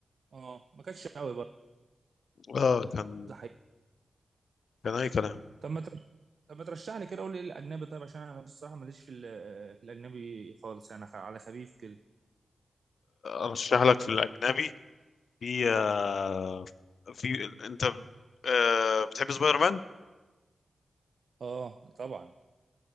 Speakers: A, on the right; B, on the left.
A: اه ما كانش قوي برضو
B: ده كان
A: ده حقيقي
B: كان اي كلام
A: طب ما طب ما ترشح لي كده قول لي ايه الاجنبي طيب عشان انا الصراحه ماليش في ال- في الاجنبي خالص يعني خ- على خفيف كده
B: ارشح لك في الاجنبي في آه، في انت آه، بتحب سبايدر مان
A: اه طبعا